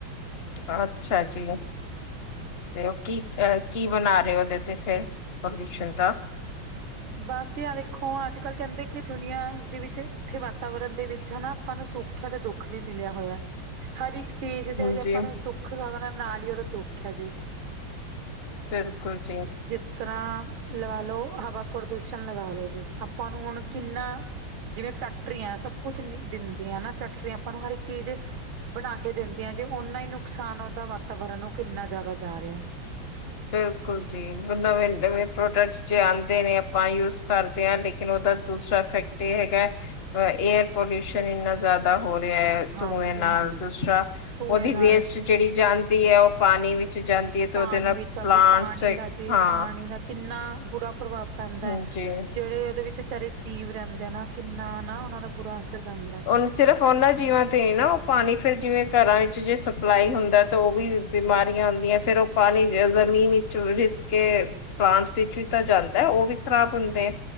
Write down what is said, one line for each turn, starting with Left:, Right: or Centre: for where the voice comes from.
Left: ਅੱਛਾ ਜੀ। ਤੇ ਓ ਕੀ ਕੀ ਬਨਾ ਰਏ ਓਦੇ ਤੇ ਫੇਰ ਪਬਲਿਸ਼ਰ ਦਾ?
Right: ਬਸ ਐ ਵੇਖੋ ਅੱਜ-ਕੱਲ ਕੈਂਦੇ ਕਿ ਦੁਨੀਆਂ ਦੇ ਵਿੱਚ ਜਿੱਥੇ ਵਾਤਾਵਰਨ ਦੇ ਵਿੱਚ ਹਨਾ ਆਪਾਂ ਨੂੰ ਸੋਖ ਆ ਤੇ ਦੁੱਖ ਵੀ ਮਿਲਿਆ ਹੋਏਆ, ਹਰ ਇੱਕ ਚੀਜ਼ ਤੇ
Left: ਹਾਂਜੀ
Right: ਜੇ ਆਪਾਂ ਨੂੰ ਸੁੱਖ ਸਾਧਨਾ ਨਾਲ ਈ ਓਦਾ ਦੁੱਖ ਐ ਜੀ।
Left: ਬਿਲਕੁਲ ਜੀ।
Right: ਜਿਸ ਤਰਾਂ ਲਵਾ ਲਓ ਹਵਾ ਪ੍ਰਦੂਸ਼ਨ ਲਗਾ ਲੋ ਜੀ ਅੱਪਾ ਨੂੰ ਹੁਣ ਕਿੰਨਾ ਜਿਵੇ ਫੈਕਟਰੀਆਂ ਸਭ ਕੁਛ ਦਿੰਦੀਆਂ ਨਾ ਫੈਕਟਰੀ ਆਪਾਂ ਨੂੰ ਹਰ ਇੱਕ ਚੀਜ ਬਣਾ ਕੇ ਦਿੰਦੀਆ ਜੇ ਓਨਾ ਈ ਨੁਕਸਾਨ ਓਦਾ ਵਾਤਾਵਰਨ ਨੂੰ ਕਿੰਨਾ ਜਾਦਾ ਜਾ ਰਿਐ।
Left: ਬਿਲਕੁਲ ਜੀ, ਨਵੇਂ ਨਵੇਂ ਪ੍ਰੋਡਕਟਸ ਜੇ ਆਂਦੇ ਨੇ ਆਪਾਂ ਯੂਸ ਕਰਦੇ ਆ ਲੇਕਿਨ ਦੂਸਰਾ ਫੈਕਟ ਇਹ ਹੈਗਾ ਏਅਰ ਪੋਲਿਊਸ਼ਨ ਇੰਨਾ ਜਾਦਾ ਹੋ ਰਿਐ,
Right: ਹਾਂਜੀ
Left: ਧੂੰਏ ਨਾਲ
Right: ਹਾਂਜੀ
Left: ਦੂਸਰਾ
Right: ਧੂੰਏ
Left: ਓਦੀ
Right: ਨਾਲ
Left: ਵੇਸਟ ਜੇੜੀ ਜਾਂਦੀ ਐ ਓ ਪਾਣੀ ਵੀ ਵਿੱਚ ਜਾਂਦੀ ਐ ਤੇ
Right: ਪਾਣੀ
Left: ਓਦੇ ਨਾਲ
Right: ਵੀ ਚੱਲਦੀ
Left: ਪਲਾਂਟਸ
Right: ਪਾਣੀ
Left: ਹਾਂ
Right: ਦਾ ਜੀ ਪਾਣੀ ਦਾ ਕਿੰਨਾ ਬੁਰਾ ਪ੍ਰਭਾਵ ਪੈਂਦੈ
Left: ਹਾਂਜੀ
Right: ਜੇੜੇ ਓਦੇ ਵਿੱਚ ਵਿਚਾਰੇ ਜੀਵ ਰੈਂਦੇ ਆ ਨਾ ਕਿੰਨਾ ਨਾ ਓਨਾਂ ਦਾ ਬੁਰਾ ਪੈਂਦਾ। ਹੈ।
Left: ਓਨ ਸਿਰਫ ਓਨਾਂ ਜੀਵਾਂ ਤੇ ਈ ਨਾ ਓ ਪਾਨੀ ਫਿਰ ਜਿਵੇਂ ਘਰਾ ਵਿੱਚ ਜੇ ਸਪਲਾਈ ਹੁੰਦਾ ਤਾਂ ਓ ਵੀ ਬਿਮਾਰੀਆ ਆਂਦਿਆ ਫੇਰ ਓ ਪਾਨੀ ਜ਼ਮੀਨ ਵਿੱਚ ਰਿਸ ਕੇ ਪਲਾਂਟਸ ਵਿੱਚ ਵੀ ਤਾਂ ਜਾਂਦਾ ਓ ਵੀ ਖਰਾਬ ਹੁੰਦੇ ਆ।